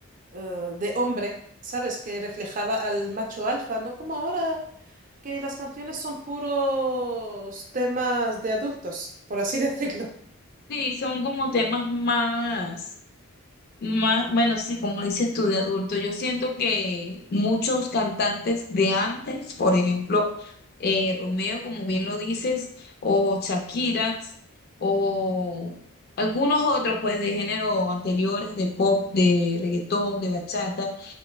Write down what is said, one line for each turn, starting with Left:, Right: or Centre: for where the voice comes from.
Right: eh, de hombre, ¿sabes? Que reflejaba al macho alfa, no como ahora que las canciones son puros temas de adultos, por así <laughs> decirlo.
Left: Sí, son como temas más, más, bueno, sí, como dices tú, de adulto. Yo siento que muchos cantantes de antes, por ejemplo, eh, Romeo, como bien lo dices, o Shakira, o algunos otros, pues, de género anteriores, de pop, de reggaetón, de bachata,